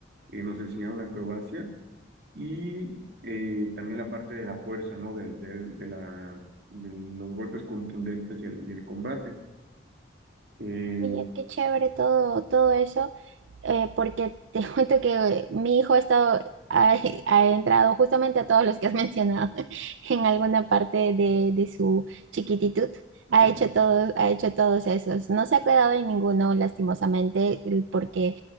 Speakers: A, on the right; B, on the right.
A: eh, nos enseñaron acrobacia y eh, también la parte de la fuerza, ¿no? Del- del- de, la, de los golpes contundentes y el, y el combate. Eh,
B: Oye, qué chévere todo, todo eso. eh, porque te <laughs> cuento que mi hijo ha estado, ha, <laughs> ha entrado justamente a todos los que has mencionado <laughs> en alguna parte de, de su chiquititud.
A: <laughs>
B: Ha hecho todos, ha hecho todos esos. No se ha quedado en ninguno, lastimosamente, el- porque